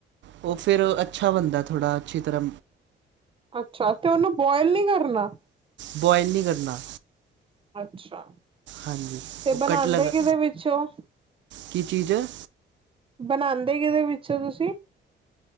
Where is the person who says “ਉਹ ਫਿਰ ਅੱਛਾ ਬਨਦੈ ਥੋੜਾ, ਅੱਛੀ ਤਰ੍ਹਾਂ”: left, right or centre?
Right